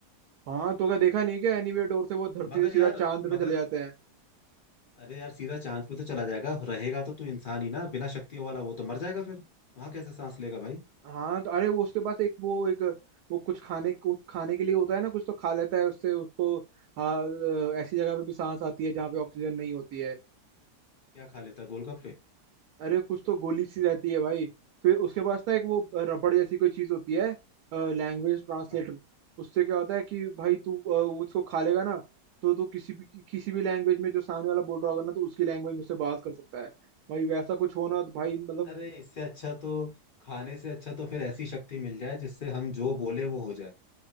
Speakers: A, on the right (about 70°); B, on the left (about 50°).
A: हाँ तो क्या देखा नहीं क्या एनीवेयर डोर से वो धरती
B: मगर
A: से सीधा
B: यार
A: चांद पे
B: मगर
A: चले जाते हैं
B: अरे यार सीधा चांद पे तो चला जाएगा रहेगा तो तू इंसान ही ना बिना शक्तियों वाला वो तो मर जाएगा फिर वहां कैसे सांस लेगा भाई
A: हाँ तो अरे वो उसके पास एक वो एक वो कुछ खाने कुछ खाने के लिए होता है ना कुछ तो खा लेता है उससे उसको हाँ, अ, ऐसी जगह पे भी सांस आती है जहाँ पे ऑक्सीजन नहीं होती है
B: क्या खा लेता गोलगप्पे
A: अरे कुछ तो गोली सी रहती है भाई फिर उसके पास ना एक वो रबड़ जैसी कोई चीज होती है Language translator
B: हाँ।
A: उससे क्या होता है कि भाई तू अ, वो उसको खा लेगा ना तो तू किसी भी कि- किसी भी लैंग्वेज में जो सामने वाला बोल रहा होगा ना तो उसकी लैंग्वेज में उससे बात कर सकता है भाई वैसा कुछ होना तो भाई मतलब
B: अरे इससे अच्छा तो खाने से अच्छा तो फिर ऐसी शक्ति मिल जाए जिससे हम जो बोले वो हो जाए